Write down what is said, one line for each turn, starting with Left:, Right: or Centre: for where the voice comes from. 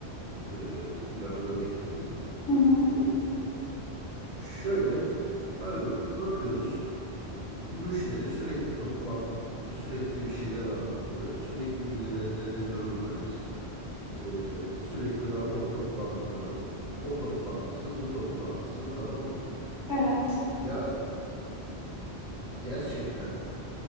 Right: e, biraz örnek vereyim.
Left: Hı hı.
Right: E, şöyle abi bakıyoruz Müşteri sürekli toplantı, sürekli bir şeyler anlatıyor. Sürekli birilerine ne durumdayız? Ee, sürekli rapor toplantıları. O toplantısı, bu toplantısı tamam mı?
Left: Evet,
Right: Ya gerçekten